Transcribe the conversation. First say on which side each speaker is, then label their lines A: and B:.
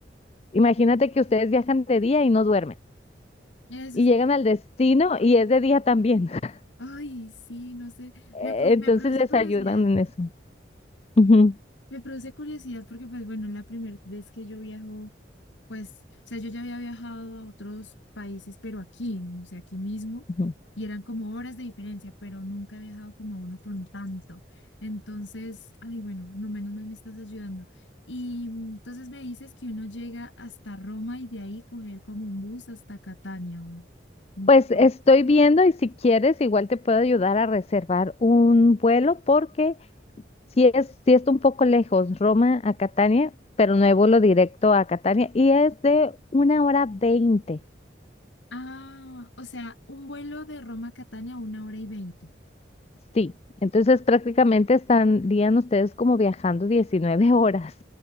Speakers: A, on the left (about 35°); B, on the left (about 90°).
A: imagínate que ustedes viajan de día y no duermen
B: Eso
A: y
B: sí.
A: llegan al destino y es de día también. <laughs>
B: Ay, sí, no sé.
A: Eh,
B: Me, curi-
A: Entonces
B: me produce
A: les
B: curiosidad.
A: ayudan en eso. Ujú,
B: Me produce curiosidad porque, pues bueno, la primera vez que yo viajo, pues, o sea, yo ya había viajado a otros países, pero aquí, ¿no? o sea, aquí mismo,
A: ujú.
B: y eran como horas de diferencia, pero nunca he viajado como a uno con tanto. Entonces, ay, bueno, no menos mal me estás ayudando. Y mm, entonces me dices que uno llega hasta Roma y de ahí coger como un bus hasta Catania. O, un-
A: Pues estoy
B: o-
A: viendo y si quieres igual te puedo ayudar a reservar un vuelo porque Sí es, sí está un poco lejos, Roma a Catania, pero no hay vuelo directo a Catania y es de una hora veinte.
B: ah, o sea, un vuelo de Roma a Catania, una hora y veinte.
A: Sí, entonces prácticamente estarían ustedes como viajando diecinueve horas.